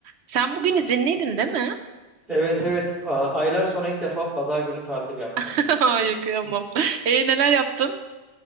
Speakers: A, on the right; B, in the centre.
A: Sen bugün izinliydin değil mi?
B: Evet evet A- aylar sonra ilk defa pazar günü tatil yaptım.
A: <laughs> Ay kıyamam. E neler yaptın?